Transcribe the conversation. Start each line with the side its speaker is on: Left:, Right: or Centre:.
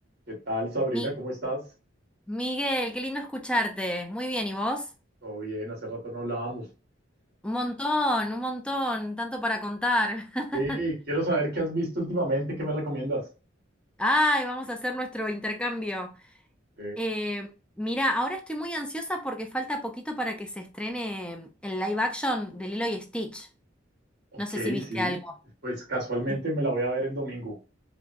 Right: ¿Qué tal, Sabrina?
Centre: Mi-
Right: ¿Cómo estás?
Centre: Miguel, qué lindo escucharte. Muy bien, ¿y vos?
Right: Todo bien, hace rato no hablábamos.
Centre: Un montón, un montón, tanto para contar. <laughs>
Right: Eh, quiero saber qué has visto últimamente, ¿qué me recomiendas?
Centre: Ay, vamos a hacer nuestro intercambio.
Right: Eh,
Centre: Eh, mira, ahora estoy muy ansiosa porque falta poquito para que se estrene el live action de Lilo y Stitch.
Right: ok,
Centre: No sé si viste
Right: sí,
Centre: algo.
Right: pues casualmente
Centre: Sí.
Right: me la voy a ver el domingo.